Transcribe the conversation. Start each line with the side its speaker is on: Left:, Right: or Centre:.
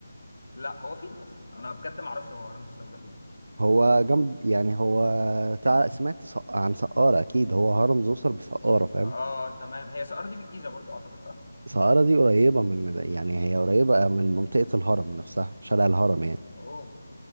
Left: لا هو فين أصلا أنا بجد ما أعرفش هو هرم زوسر ده فين
Right: هو جنب يعني هو تع... سمعت سق... عن سقارة اكيد هو هرم زوسر بسقارة فاهم
Left: اه تمام هي سقارة دي في الجيزة برضو اعتقد صح؟
Right: سهارة دي قريبة من يعني هي قريبة من منطقة الهرم نفسها شارع الهرم يعني
Left: اوه